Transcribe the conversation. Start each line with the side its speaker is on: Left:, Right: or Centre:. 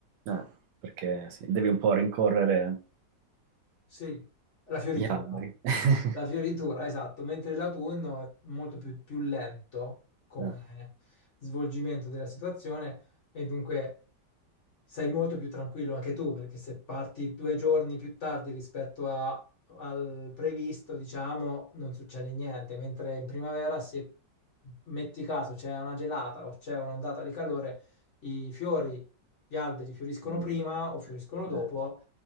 Right: Eh, perché sì, devi un po' rincorrere
Left: Sì, la fioritura.
Right: gli alberi. <laughs>
Left: La fioritura, esatto, mentre l'autunno è molto più, più lento come
Right: Eh,
Left: svolgimento della situazione e dunque sei molto più tranquillo anche tu, perché se parti due giorni più tardi rispetto a- al previsto, diciamo, non succede niente, mentre in primavera, se metti caso c'è una gelata o c'è un'ondata di calore, i fiori, gli alberi fioriscono
Right: non-
Left: prima o fioriscono dopo
Right: eh,